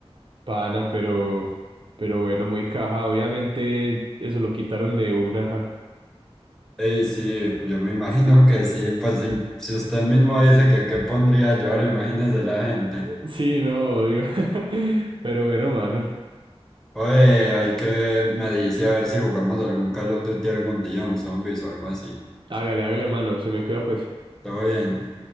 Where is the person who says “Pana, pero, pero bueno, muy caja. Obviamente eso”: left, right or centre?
Right